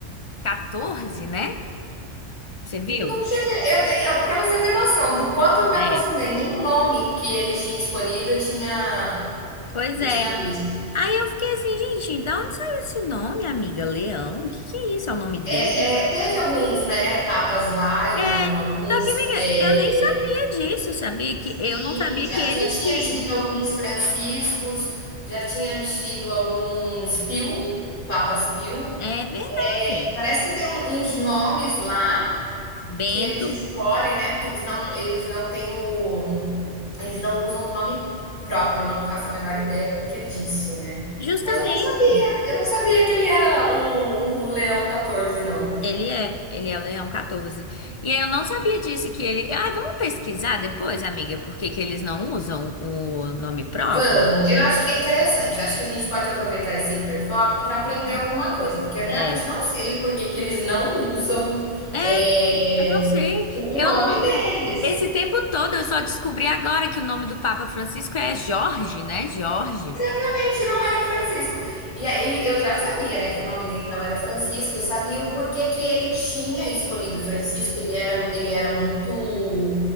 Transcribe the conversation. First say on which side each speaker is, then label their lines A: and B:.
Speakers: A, on the left (about 35°); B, on the left (about 85°).
A: 14, né? Você viu?
B: Não cheguei. Eu, eu, pra você ter noção do quanto eu me
A: É.
B: aprofundei, nem o nome que eles tinham escolhido eu tinha,
A: Pois
B: eu
A: é,
B: tinha visto.
A: Aí eu fiquei assim, gente, da onde saiu esse nome, amiga? Leão? O que que é isso? É o nome dele?
B: É, é, teve alguns, né, papas lá, e
A: É.
B: um-
A: Só
B: alguns,
A: que, amiga,
B: é,
A: eu nem sabia disso, sabia? Que eu
B: Sim,
A: não sabia
B: já,
A: que eles
B: já tinha
A: que.
B: tido alguns franciscos, já tinha tido alguns Pio, Papas Pio.
A: É verdade.
B: É, parece que tem um- uns nomes lá
A: Bento,
B: que eles escolhem, né? Porque eles não, eles não têm o, eles não usam o nome próprio, eu não faço a menor ideia porque disso, né?
A: justamente.
B: Mas eu não sabia, eu não sabia que ele era o, o Leão 14, não.
A: Ele é, ele é o Leão 14. E eu não sabia disso que ele. Ah, vamos pesquisar depois, amiga, por que que eles não usam o nome próprio?
B: Vamos, eu acho que é interessante. Eu Acho que a gente pode aproveitar esse hiperfoco para aprender
A: né?
B: alguma coisa, porque eu
A: É.
B: realmente não sei o porquê que eles não usam
A: É,
B: é,
A: Eu não sei.
B: o,
A: Eu
B: o nome
A: não.
B: deles.
A: Esse tempo todo eu só descobri agora que o nome do Papa Francisco é Jorge, né? Jorge.
B: Realmente não era Francisco. E aí eu já sabia, né, que o nome dele não era Francisco. Eu sabia o porquê que ele tinha escolhido Francisco. Ele era, ele era muito